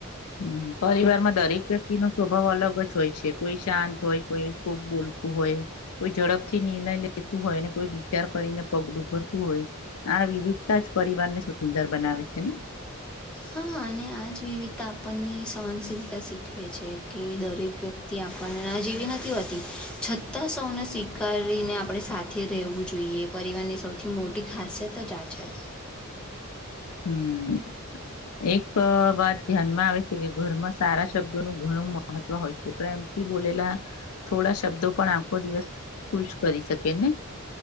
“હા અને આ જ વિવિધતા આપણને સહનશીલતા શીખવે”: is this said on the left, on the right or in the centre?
Centre